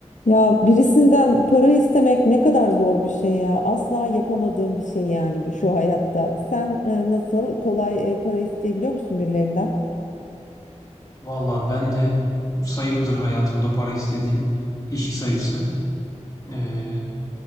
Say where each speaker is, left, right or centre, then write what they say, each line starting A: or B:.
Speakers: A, on the left; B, on the left.
A: Ya birisinden para istemek ne kadar zor bir şey ya. Asla yapamadığım bir şey yani bu şu hayatta. Sen e, nasıl kolay e, para isteyebiliyor musun birilerinden?
B: Valla ben de sayılıdır hayatımda para istediğim kişi sayısı. Ee,